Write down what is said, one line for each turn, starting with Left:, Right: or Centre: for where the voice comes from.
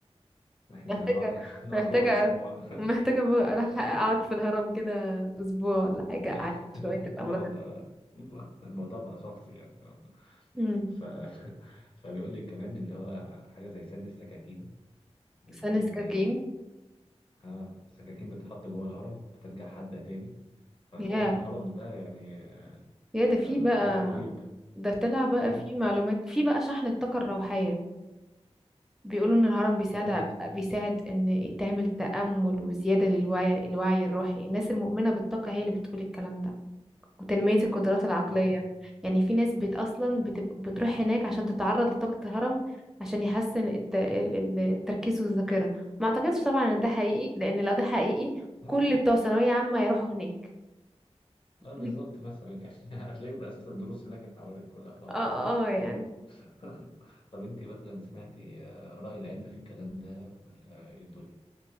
Left: احنا
Centre: محتاجة
Left: هنقعد <laughs> نقعد
Centre: محتاجة
Left: جوه اسبوع
Centre: محتاجة بقى
Left: <laughs>
Centre: أروح
Left: آه،
Centre: أقعد في الهرم كده أسبوع ولا حاجة
Left: <laughs>
Centre: أعالج شوية
Left: الموضوع
Centre: الأمراض دي
Left: آه، الموضوع بقى شخصي يعني
Centre: امم
Left: ف... <laughs> فبيقول لي كمان اللي هو حاجة زي سن السكاكين بتقول
Centre: ثانية سكاكين
Left: إن ها السكاكين بتتحط جوه الهرم بترجع حادة تاني فمش
Centre: ياه
Left: عارف الهرم ده يعني آه،
Centre: يا ده في
Left: ده,
Centre: بقى
Left: ده طلع رهيب
Centre: ده طلع بقى
Left: ها
Centre: في معلومات في بقى شحن الطاقة الروحية بيقولوا إن الهرم بيساعد
Left: والله
Centre: ع- بيساعد إن تعمل تأمل وزيادة للوعي الوعي الروحي الناس المؤمنة بالطاقة هي اللي بتقول الكلام ده وتنمية القدرات العقلية
Left: اه
Centre: يعني في ناس بت أصلا بتب... بتروح هناك عشان تتعرض لطاقة الهرم عشان يحسن الت... ال- التركيز والذاكرة ما أعتقدش طبعا إن ده حقيقي لأن لو ده حقيقي
Left: اه
Centre: كل بتوع ثانوية عامة يروحوا هناك
Left: آه، بالظبط
Centre: <laughs>
Left: مثلا يعني <laughs> هتلاقي بأساس الدروس هناك اتحولت كلها في الهرم
Centre: اه
Left: مثلا
Centre: اه يعني
Left: <laughs> طب انت مثلا سمعتي آه، رأي العلم في الكلام ده ولا ايه الدنيا